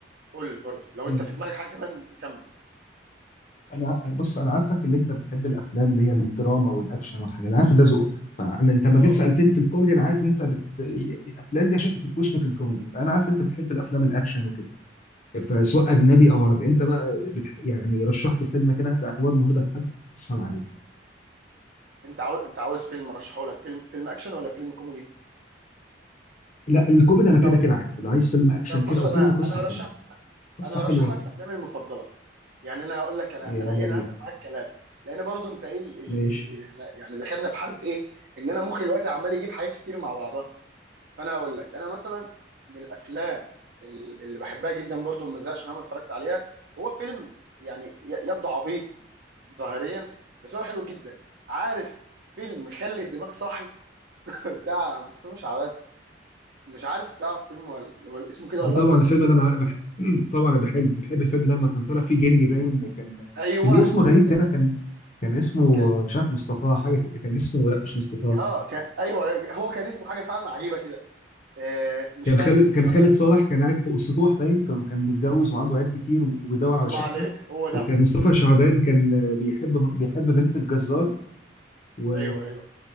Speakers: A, on the right (about 55°); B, on the left (about 40°).
A: قول لي برضه لو
B: مم.
A: انت في دماغك حاجه كمان كمل
B: انا انا بص انا عارفك اللي انت بتحب الافلام اللي هي الدراما والاكشن والحاجات انا عارف ده ذوقك فانا انت ما
A: اه
B: جيت سالتني في الكوميدي انا عارف ان انت بت... الافلام دي عشان تنكشني في الكوميدي انا عارف انت بتحب الافلام الاكشن وكده فسواء اجنبي او عربي انت بقى بتح... يعني رشح لي فيلم كده باعتبار النهارده لحد اسهل عليه
A: انت عاوز انت عاوز فيلم ارشحه لك فيلم فيلم اكشن ولا فيلم كوميدي
B: لا الكوميدي انا كده
A: طب
B: كده عارف اللي عايز فيلم اكشن
A: طب
B: كده
A: بص
B: او
A: انا
B: فيلم قصه
A: انا هرشح
B: حلوه قصه
A: انا هرشح
B: حلوه
A: لك افلامي المفضله يعني انا هقول لك انا
B: يلا
A: انا ايه انا
B: بينا
A: هفتح معاك كلام لان برضو انت ايه ال...
B: ماشي
A: ال... ال... احنا يعني دخلنا في حاله ايه ان انا مخي دلوقتي عمال يجيب حاجات كتير مع بعضها فانا هقول لك انا مثلا من الافلام ال- اللي بحبها جدا برضو ما زهقش مهما اتفرجت عليها هو فيلم يعني ي- يبدو عبيط ظاهريا بس هو حلو جدا عارف فيلم خلي الدماغ صاحي <laughs> بتاع مصطفى شعبان مش عارف تعرف فيلم ولا, ولا اسمه كده ولا لا
B: طبعا
A: اصلا
B: الفيلم انا مع... بح... <clears throat> طبعا أنا بحب بحب الفيلم ده لما كان طالع فيه جني باين كان
A: ايوه
B: كان ليه اسم غريب
A: كان
B: كده كان كان اسمه
A: ك...
B: مش عارف مستطاع
A: مش
B: حاجه كده كان اسمه لا مش مستطاع
A: اه كان ايوه هو كان اسمه حاجه فعلا عجيبه كده آه مش
B: كان
A: فاكر
B: خالد
A: مش
B: كان
A: قادر
B: خالد
A: افتكر
B: صالح كان قاعد فوق السطوح باين كان كان متجوز
A: آه،
B: وعنده عيال كتير وبيدور على
A: الله
B: شقه
A: عليك هو ده
B: وكان مصطفى شعبان كان بيحب بيحب بنت الجزار و...
A: ايوه ايوه